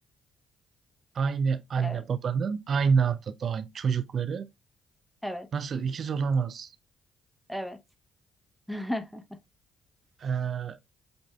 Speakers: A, on the right (about 55°); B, in the centre.
A: aynı anne
B: Evet,
A: babanın aynı anda doğan çocukları
B: evet,
A: nasıl ikiz olamaz?
B: evet. <laughs>
A: Ee,